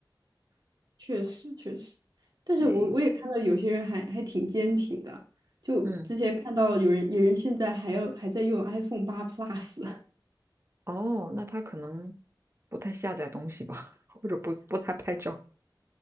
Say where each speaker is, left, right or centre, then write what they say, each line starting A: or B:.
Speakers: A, on the right; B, on the right.
A: <laughs> 确实确实。但是我我也看到有些人还还挺坚挺的，
B: 哎，
A: 就之前看到有人有人现在还要还在用
B: 嗯，
A: iPhone 八 Plus。
B: 哦，那他可能不太下载东西吧，<laughs> 或者不不太拍照。